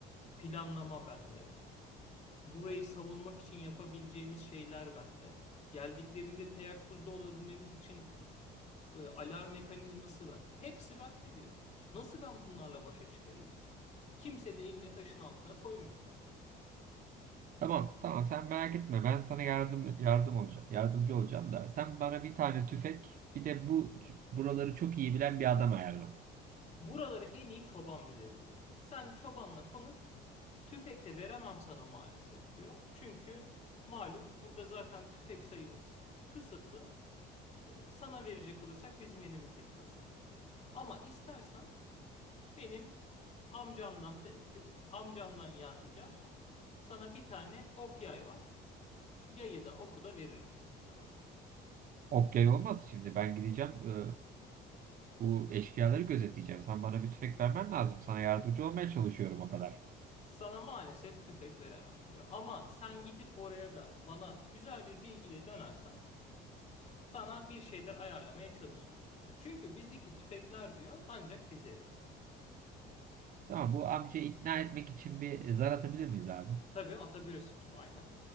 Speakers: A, on the left (about 35°); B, on the right (about 45°).
A: Planlama bende. burayı savunmak için yapabileceğimiz şeyler bende. Geldiklerinde teyakkuzda olabilmemiz için e, alarm mekanizması bende. Hepsi bende diyor. Nasıl ben bunlarla başa çıkayım diyor. Kimse de elini taşın altına koymuyor diyor.
B: Tamam tamam sen merak etme ben sana yardım yardım olacağım. Yardımcı olacağım da sen bana bir tane tüfek bir de bu buraları çok iyi bilen bir adam ayarla.
A: Buraları en iyi çoban bilir diyor. Sen çobanla konuş. Tüfek de veremem sana maalesef diyor. Çünkü malum burada zaten tüfek sayımız kısıtlı. E, Sana verecek olursak bizim elimizdeki azalır diyor. Ama istersen Benim amcamdan de- de- amcamdan Yadigar sana bir tane ok yay var. Yayı da oku da veririm si- sana diyor.
B: Ok yay olmaz şimdi ben gideceğim e, bu eşkıyaları gözetleyeceğim. Sen bana bir tüfek vermen lazım. Sana yardımcı olmaya çalışıyorum o kadar.
A: Sana maalesef tüfek veremem diyor. Ama sen gidip oraya da bana güzel bir bilgiyle dönersen sana bir şeyler ayarlamaya çalışırız diyor. Çünkü bizdeki tüfekler diyor ancak bize yeter diyor.
B: Tamam bu amcayı ikna etmek için bir e, zar atabilir miyiz abi?
A: Tabii atabilirsin abi aynen.